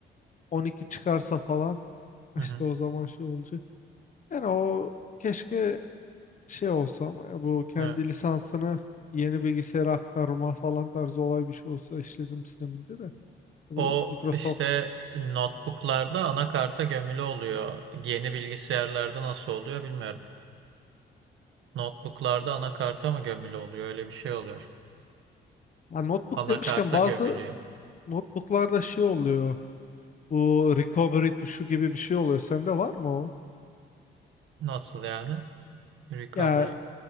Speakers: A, on the left; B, on the right.
A: 12 çıkarsa falan <laughs>
B: Hı
A: işte
B: hı.
A: o zaman şey olacak. Yani o keşke şey olsa ama ya bu kendi
B: Evet.
A: lisansını yeni bilgisayara aktarma falan tarzı olay bir şey olsa işletim sisteminde de. Tabii
B: O
A: Microsoft
B: işte notebooklarda anakarta gömülü oluyor. Yeni bilgisayarlarda nasıl oluyor bilmiyorum. Notebooklarda anakarta mı gömülü oluyor? Öyle bir şey oluyor.
A: ya notebook
B: Anakarta
A: demişken bazı
B: gömülüyor.
A: notebooklarda şey oluyor. Bu recovery tuşu gibi bir şey oluyor. Sende var mı o?
B: Nasıl yani? Recovery
A: Ya